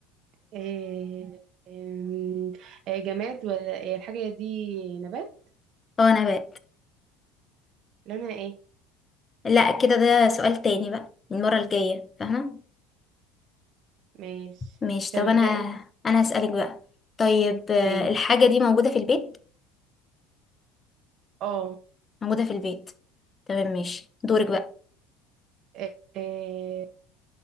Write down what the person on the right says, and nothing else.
آه، آم، آه، جماد ولا آه، الحاجة دي نبات
لونها ايه
ماشي
طب
ابدأ
انت
ماشي
اه
آه، آه،